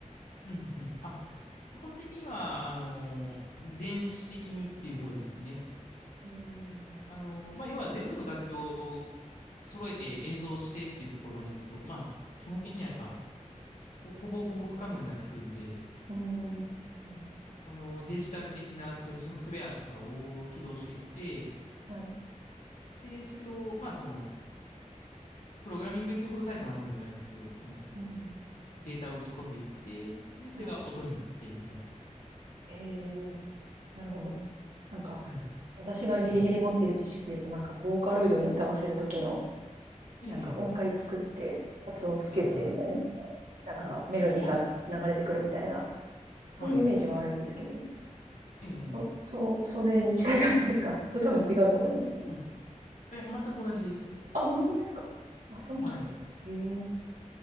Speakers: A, on the left; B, on the right.
A: うんうん。あ、基本的には、あのー電子的にっていう方ですね。
B: うん。
A: あのーまあ、要は全部の楽器を揃えて演奏してっていうところまでいくと、まあ、基本的にはやっぱ、ほ、ほぼほぼ不可能になってくるんで、
B: うーん。なるほ
A: まあ、そのデジタル的なそういうソフトウェアとかを起動していって、
B: どはい。
A: で、それを、まあその、プログラミングってほど大層なもんでもないんですけど、その
B: うん。
A: データを打ち込んでいって、で、
B: はい。
A: それが音になってみたいな。
B: へえ、なるほど。なんか、
A: はい。
B: 私がギリギリ持っている知識で言うと、
A: はいはい。
B: なんか、ボーカロイドに歌わせるときの、
A: ええ、
B: なんか音階作って、
A: ええ
B: 発音つけてみたいなしたら、
A: うんうん。
B: なんかメロディーが流れてくるみたいな、
A: はい。あ、
B: そういうイメージはあるんですけど。
A: はい。
B: そ、
A: ええ、ええ
B: そう、それに近い感じですか <laughs> ちょっと多分違うと思いますけど。
A: はい。あいや、全く同じです。
B: あ、本当ですかあ、そうな
A: はい。
B: の。ええ